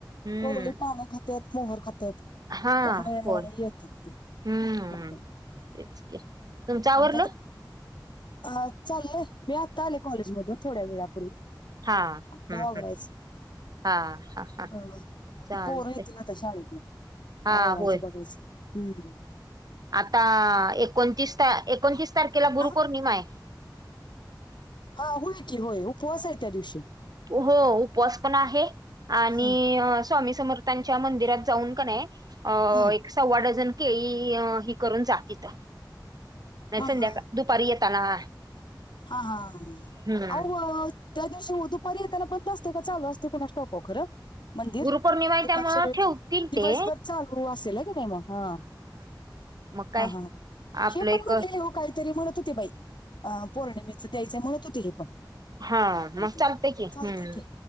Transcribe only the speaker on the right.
हम्म
हा
होय
हम्म तेच की तुमचं आवरलं
हा,
हम्म
हम्! हा हा. हा
चालतय
हा
होय
आता एकोणतीस त- एकोणतीस तारखेला गुरुपौर्णिमा
आहे.
हो उपवास पण आहे आणि
स्वामी समर्थांच्या मंदिरात जाऊन का नाही, अ
सव्वा डझन केळी हि करून जा तिथं. नाही
संध्याकाळ
दुपारी येताना.
हम्म
गुरुपौर्णिमा आहे
त्यामुळं
ठेवतील
ते
मग काय
आपलं
एक
हा
हा मग
चालतंय की हम्म